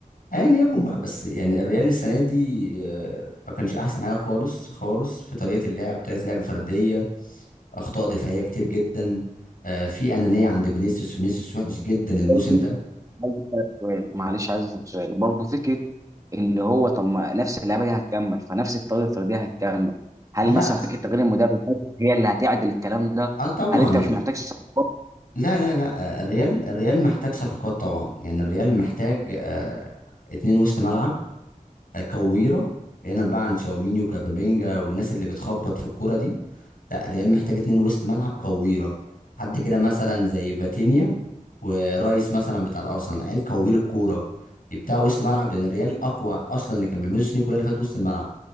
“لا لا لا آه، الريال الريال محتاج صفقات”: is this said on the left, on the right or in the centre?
Left